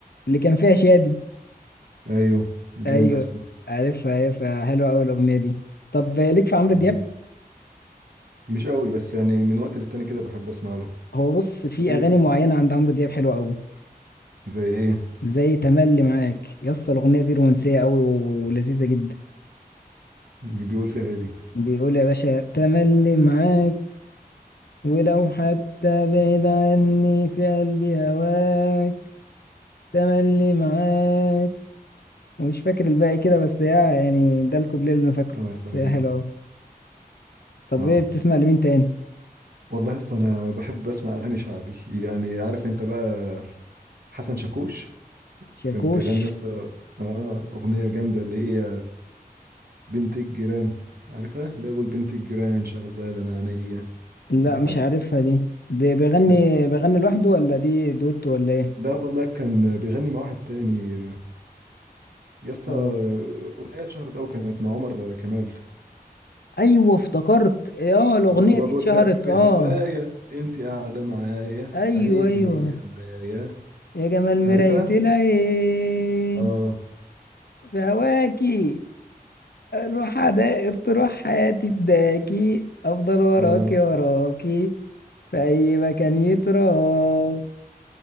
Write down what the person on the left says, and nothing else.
اللي كان فيها شادي
أيوه
عارفها عارفها حلوة أوي الأغنية دي طب ليك في عمرو
دياب
هو بص في
أغاني معينة عند عمرو دياب حلوة أوي
زي تملي معاك يا اسطى الاغنيه دي رومانسيه قوي ولذيذه جدا
بيقول يا باشا تملي معاك ولو حتى بعيد عني في قلبي هواك تملي معاك ومش فاكر الباقي كده بس يا يعني ده الكوبليه اللي انا فاكره
بس هي
حلوه قوي طب
ايه بتسمع لمين تاني
شاكوش
لا
مش عارفها دي دي بيغني
بيغني لوحده ولا دي دويتو ولا ايه
اه
ايوه افتكرت اه الاغنيه
دي
اتشهرت
اه
ايوه
ايوه
يا جمال مراية
العين
بهواكي روح عدائر تروح حياتي فداكي أفضل وراكي
وراكي في أي مكان يتراه